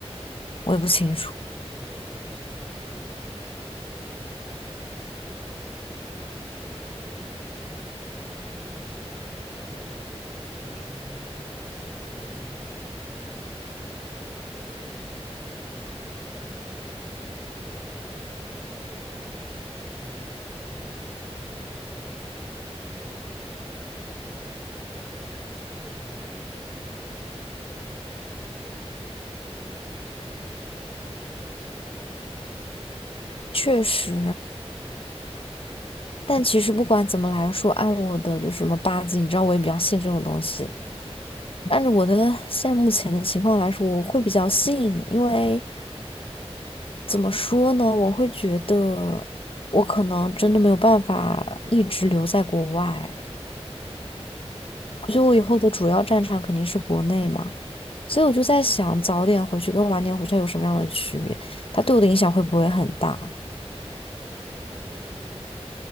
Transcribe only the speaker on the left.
我也不清楚，
确实。
但其实不管怎么来说，按我的就是什么八字，你知道我也比较信这种东西。
按照我的现在目前的情况来说，我会比较信，因为怎么说呢，我会觉得我可能真的没有办法一直留在国外。
我觉得我以后的主要战场肯定是国内嘛，所以我就在想，早点回去跟晚点回去有什么样的区别？它对我的影响会不会很大？